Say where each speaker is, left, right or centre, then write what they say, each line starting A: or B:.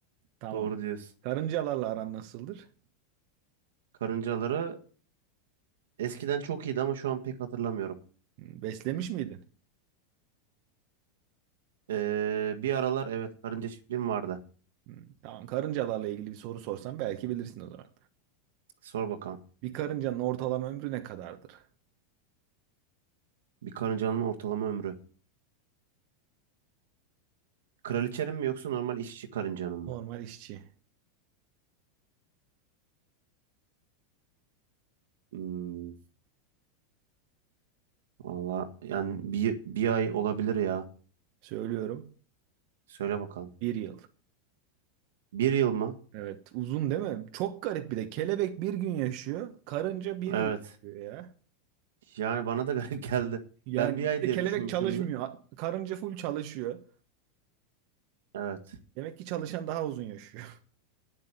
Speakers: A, on the right; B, on the right.
A: Tamam.
B: Doğru diyorsun.
A: Karıncalarla aran nasıldır?
B: Karıncaları eskiden çok iyiydi ama şu an pek hatırlamıyorum.
A: Hı, Beslemiş miydin?
B: Ee, bir aralar evet karınca çiftliğim vardı.
A: Hı, Tamam. Karıncalarla ilgili bir soru sorsam belki bilirsin o zaman.
B: Sor bakalım.
A: Bir karıncanın ortalama ömrü ne kadardır?
B: Bir karıncanın ortalama ömrü. Kraliçenin mi yoksa normal işçi karıncanın mı?
A: Normal işçi.
B: Hmm, valla yani bir, bir ay olabilir ya.
A: Söylüyorum.
B: Söyle bakalım.
A: Bir yıl.
B: Bir yıl mı?
A: Evet. Uzun değil mi? Çok garip bir de. Kelebek bir gün yaşıyor. Karınca bir
B: Evet.
A: yıl yaşıyor ya.
B: Yani bana da <laughs> garip geldi.
A: Yani
B: Ben bir ay
A: bir de
B: diye
A: kelebek
B: düşünmüşümdü.
A: çalışmıyor. a- Karınca full çalışıyor.
B: Evet.
A: Demek ki çalışan daha uzun yaşıyor.